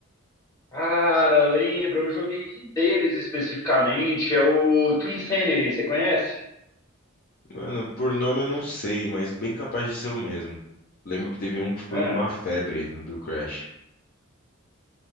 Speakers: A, on the left (about 15°); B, on the left (about 45°).
A: Cara, lembra, eu joguei um deles especificamente, é o Twin Sanity, você conhece?
B: Mano, por nome eu não sei, mas bem capaz de ser o mesmo. Lembro que teve um que foi
A: Ah,
B: uma febre do Crash.